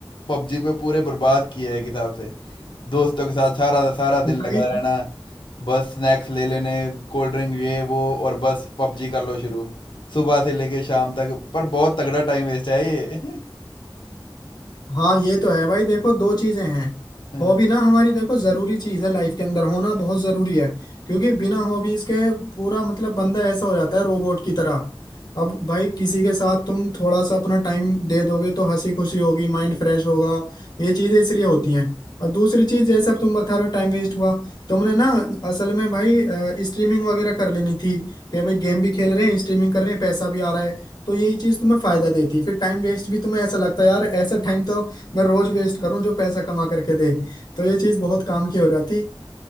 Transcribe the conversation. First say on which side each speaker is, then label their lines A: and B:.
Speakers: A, on the left; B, on the left.
A: पबजी पे पूरे बर्बाद किए हैं एक हिसाब से दोस्तों के साथ सारा सारा
B: भाई
A: दिन लगा रहना बस स्नैक्स ले लेने कोल्ड ड्रिंक ये वो और बस पबजी कर लो शुरू सुबह से लेके शाम तक पर बहुत तगड़ा टाइम वेस्ट है ये <laughs>
B: हाँ ये तो है भाई देखो दो चीजें हैं
A: हाँ,
B: हॉबी ना हमारी देखो जरूरी चीज है लाइफ के अंदर होना बहुत जरूरी है क्योंकि बिना हॉबीज के पूरा मतलब बंदा ऐसा हो जाता है रोबोट की तरह अब भाई किसी के साथ तुम थोड़ा सा अपना टाइम दे दोगे तो हंसी खुशी होगी माइंड फ्रेश होगा ये चीजें इसलिए होती हैं और दूसरी चीज जैसे अब तुम बता रहे हो टाइम वेस्ट हुआ तुमने ना असल में भाई स्ट्रीमिंग वगैरह कर लेनी थी कि भाई गेम भी खेल रहे हैं स्ट्रीमिंग कर रहे हैं पैसा भी आ रहा है तो यही चीज तुम्हें फायदा देती है फिर टाइम वेस्ट भी तुम्हें ऐसा लगता है यार ऐसा टाइम तो मैं रोज वेस्ट करूं जो पैसा कमा करके दे तो ये चीज बहुत काम की हो जाती